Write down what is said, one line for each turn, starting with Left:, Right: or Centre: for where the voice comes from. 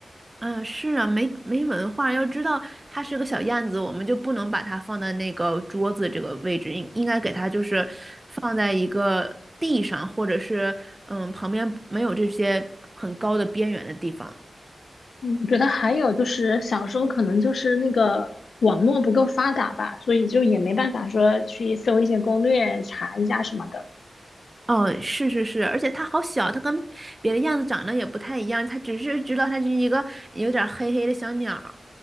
Right: 嗯，是啊，没没文化，要知道它是个小燕子，我们就不能把它放在那个桌子这个位置，应应该给它就是放在一个地上，或者是嗯旁边没有这些很高的边缘的地方。
Left: 嗯，我觉得还有就是小时候可能就是那个网络不够发达吧，所以就也没办法说去搜一些攻略查一下什么的，
Right: 哦，是是是，而且它好小，它跟别的燕子长得也不太一样，它只是知道它是一个有点黑黑的小鸟，